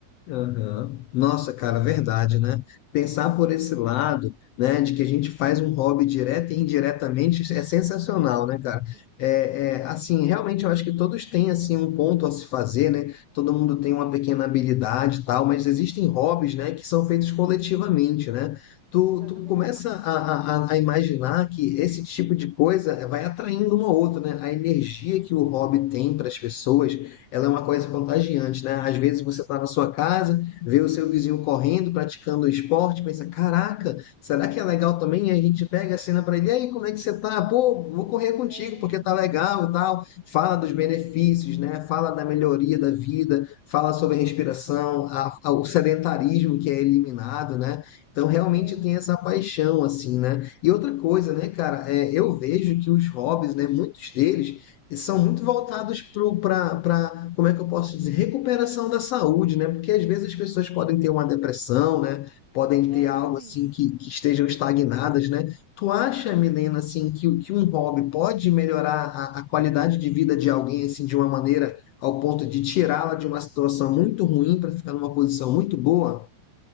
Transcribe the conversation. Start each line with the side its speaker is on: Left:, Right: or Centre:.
Left: Aham. Nossa, cara,
Right: Né?
Left: verdade, né? Pensar por esse lado, né, de que a gente faz um hobby direta e indiretamente é sensacional,
Right: É, exatamente.
Left: né, cara? É, é, assim, realmente eu acho que todos têm assim um ponto a se fazer, né? Todo mundo tem uma pequena habilidade e tal,
Right: Sim.
Left: mas existem hobbies, né, que são feitos coletivamente, né? Tu,
Right: Exatamente.
Left: tu começa a, a, a a imaginar que esse tipo de coisa vai atraindo uma outra, né? A energia que o hobby tem para as pessoas ela é uma coisa contagiante, né? Às vezes você está na sua casa, vê o seu vizinho correndo, praticando esporte, pensa, caraca, será que é legal também? E a gente pega a cena para ele, e aí, como é que você tá? Pô, vou correr contigo
Right: É,
Left: porque
Right: isso
Left: tá legal
Right: mesmo.
Left: e tal. Fala dos benefícios, né? Fala da melhoria da vida, fala sobre a respiração, a- a- o sedentarismo que é eliminado, né? Então, realmente
Right: É,
Left: tem essa paixão, assim, né? E outra coisa, né, cara, é, eu vejo que os hobbies, né, muitos deles, e são muito voltados para, como é que eu posso dizer, recuperação da saúde, né? Porque às vezes as pessoas
Right: sim.
Left: podem ter uma depressão, né? Podem
Right: É,
Left: ter algo
Right: exatamente.
Left: assim que, que estejam estagnadas, né? Tu acha, Milena, assim, que, o- que um hobby pode melhorar a, a qualidade de vida de alguém, assim, de uma maneira ao ponto de tirá-la de uma situação muito ruim para ficar numa posição muito boa?